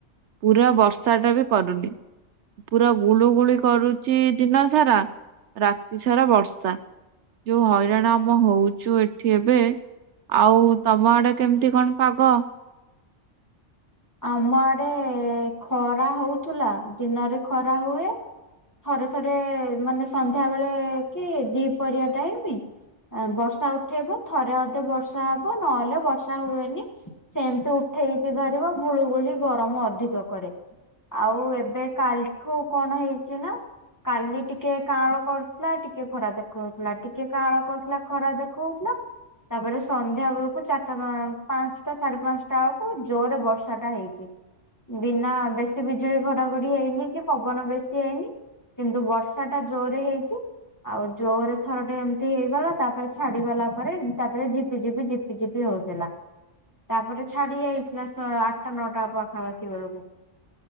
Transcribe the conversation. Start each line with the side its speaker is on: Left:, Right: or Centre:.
Right: ପୁରା ବର୍ଷା ଟା ବି କରୁନି। ପୁରା ଗୁଳୁଗୁଳି କରୁଛି ଦିନ ସାରା, ରାତି ସାରା ବର୍ଷା। ଯୋଉ ହଇରାଣ ଆମ ହଉଛୁ ଏଠି ଏବେ ଆଉ ତମ ଆଡେ କେମିତି କ'ଣ ପାଗ?
Left: ଆମ ଆଡେ ଖରା ହଉଥିଲା ଦିନରେ ଖରା ହୁଏ। ଥରେ ଥରେ ମାନେ ସନ୍ଧ୍ୟା ବେଳେ କି ଦି ପରିୟା ଟାଇମି, ବର୍ଷା ଉଠେଇବ, ଥରେ ଅଧେ ବର୍ଷା ହବ ନହେଲେ ବର୍ଷା ହୁଏନି, ସେମତି ଉ ଠେଇକି କରିବ, ଗୁଳୁଗୁଳି ଗରମ ଅଧିକ କରେ। ଆଉ ଏବେ କାଲିଠୁ କଣ ହେଇଛି ନା କାଲି ଟିକେ କାଁଳ କରୁଥିଲା ଟିକେ ଖରା ଦେଖଉଥିଲା, ଟିକେ କାଁଳ କରୁଥିଲା ଖରା ଦେଖଉଥିଲା। ତାପରେ ସନ୍ଧ୍ୟା ବେଳକୁ ଚାରିଟା ପାଞ୍ଚଟା ସାଢେ ପାଞ୍ଚଟା ବେଳକୁ ଜୋରରେ ବର୍ଷା ଟା ହେଇଛି। ବିନା ବେଶୀ ବିଜୁଳି ଘଡଘଡି ହେଇନି କି ପବନ ବେଶୀ ହେଇନି। କିନ୍ତୁ ବର୍ଷା ଟା ଜୋରରେ ହେଇଛି। ଆଉ ଜୋରରେ ଥରେ ଏମିତି ହେଇଗଲା, ତାପରେ ଛାଡିଗଲା ପରେ ତାପରେ ଝିପିଝିପି ଝିପି ଝିପି ହେ ହଉଥିଲା, ତାପରେ ଛାଡି ଯାଇ ଥିଲା ଶ ଆଠଟା ନଅଟା ହବ ପାଖାପାଖି ବେଳକୁ